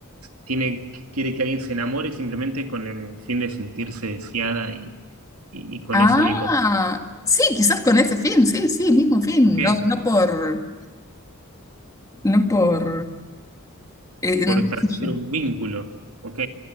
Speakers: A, on the right (about 80°); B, on the left (about 15°).
A: tiene, quiere que alguien se enamore simplemente con el fin de sentirse deseada y, y- y con
B: Ah,
A: ese único,
B: sí, quizás con ese fin, sí, sí, mismo fin,
A: ok,
B: no, no por, no por, eh,
A: por
B: no
A: establecer
B: sé yo.
A: un vínculo, ok.